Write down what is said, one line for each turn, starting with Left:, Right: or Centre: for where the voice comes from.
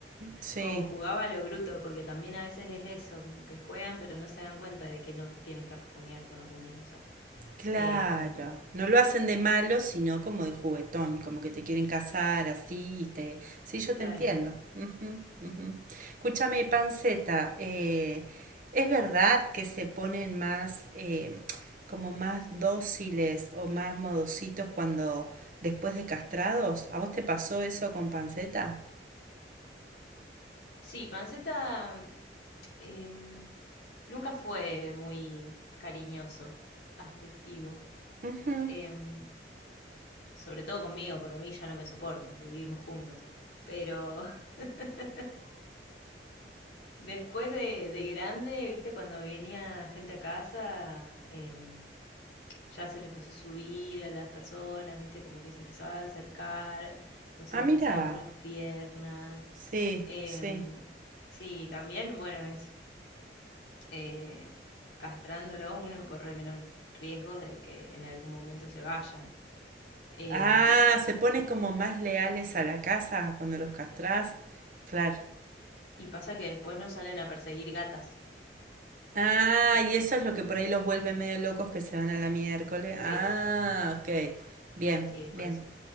Right: sí,
Left: O jugaba a lo bruto, porque también a veces es eso, como que juegan pero no se dan cuenta de que no te tienen que rajuñar con las uñas esas.
Right: claro.
Left: Em,
Right: No lo hacen de malo, sino como de juguetón, como que te quieren casar así. y te... Sí, yo
Left: claro.
Right: te entiendo. Ujú, ujú. Escúchame, Panceta, eh, ¿es verdad que se ponen más, eh, como más dóciles o más modositos cuando después de castrados? ¿A vos te pasó eso con Panceta?
Left: Sí, Panceta em, nunca fue muy cariñoso, afectivo.
Right: Ujú.
Left: Em, sobre todo conmigo, porque a mí ya no me soporta, vivimos juntos. Pero <laughs> después de, de grande, viste, cuando venía gente a casa, em, ya se le empezó a subir a las personas, ¿viste? Como que se empezaba a acercar o se
Right: Ah,
Left: les
Right: mira.
Left: pasaba por las piernas.
Right: Sí,
Left: Em,
Right: sí.
Left: sí, también, bueno, es eh, castrándolo uno corre menos riesgos de que en algún momento se vayan. Em,
Right: Ah, se ponen como más leales a la casa cuando los castrás. Claro.
Left: y pasa que después no salen a perseguir gatas.
Right: Ah, y eso es lo que por ahí los vuelve medio locos que se van a la miércoles.
Left: Sí,
Right: Ah, ok. Bien,
Left: sí, es por
Right: bien.
Left: eso.